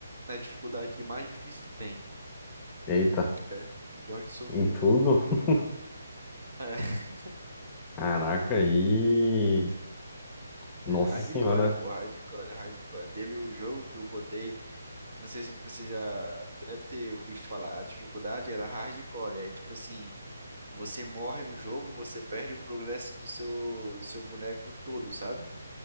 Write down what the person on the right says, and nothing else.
na dificuldade mais difícil que tem.
É, eu gosto de sofrer
um pouco em jogo.
É, <laughs>
é hardcore,
pô, hardcore, hardcore. Teve um jogo que eu botei, não sei se você já deve ter visto falar, a dificuldade era hardcore. Aí, tipo assim, você morre no jogo, você perde o progresso do seu, do seu boneco todo, sabe?